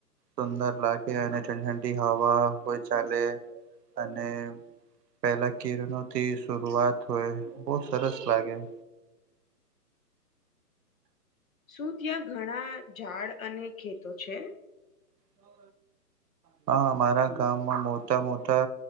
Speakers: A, on the right; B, on the left.
A: સુંદર લાગે અને ઠંડી ઠંડી હવા હોય ચાલે અને- પેલા કિરણોથી શરઆત હોય બહ સરસ લાગે-
B: શું ત્યાં ઘણા ઝાડ અને ખેતો છે.
A: હ હા હા હા અમારા ગામમાં મોટા મોટા